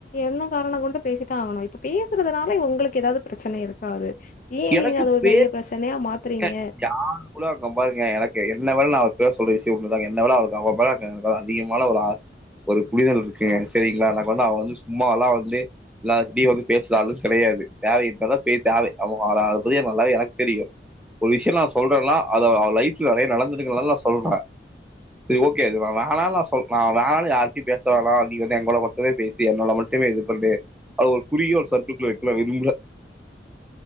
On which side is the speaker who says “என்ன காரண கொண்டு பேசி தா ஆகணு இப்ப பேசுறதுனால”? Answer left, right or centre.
Left